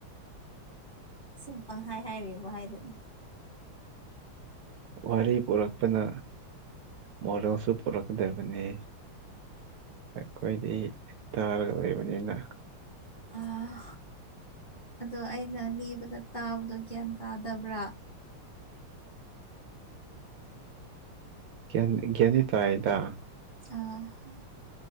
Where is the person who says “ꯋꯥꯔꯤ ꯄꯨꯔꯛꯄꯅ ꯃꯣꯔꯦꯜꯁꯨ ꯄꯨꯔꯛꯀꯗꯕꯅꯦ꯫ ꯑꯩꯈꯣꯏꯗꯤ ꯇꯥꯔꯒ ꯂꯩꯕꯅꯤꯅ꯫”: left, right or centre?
Right